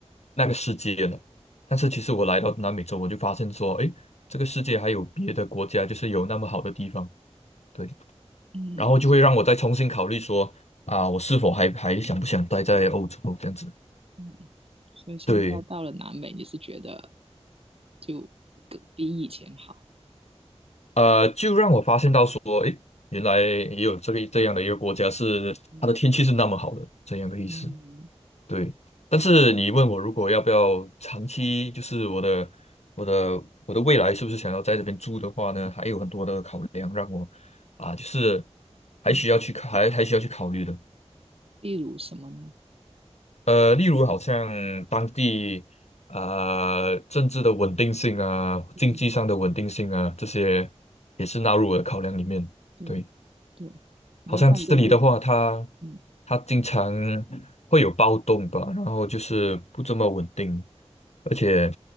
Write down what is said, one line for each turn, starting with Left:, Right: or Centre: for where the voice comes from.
Left: 那个世界了，但是其实我来到南美洲，我就发现说，诶，这个世界还有别的国家，就是有那么好的地方。对。
Right: 嗯
Left: 然后就会让我再重新考虑说啊，我是否还还想不想待在欧洲这样子？
Right: 嗯，所以现在到了南美，
Left: 对，
Right: 你是觉得就更比以前好？
Left: 呃，就让我发现到说，原来也有这个这样的一个国家是它的天气是那么好的，
Right: 嗯
Left: 这样的意思。
Right: 嗯
Left: 对，但是你问我如果要不要长期，就是我的我的我的未来是不是想要在这边住的话呢？还有很多的考量让我啊，就是
Right: 嗯，
Left: 还需要去还还需要去考虑的。
Right: 例如什么呢？
Left: 呃，例如好像当地啊、政治的稳定性啊，经济上的稳定性啊，
Right: 嗯
Left: 这些也是纳入我的考量里面。
Right: 对对，
Left: 对，
Right: 你要在一个地，
Left: 好像这里的话，它
Right: 嗯，
Left: 它经常会有暴动吧，然后就是不这么稳定，而且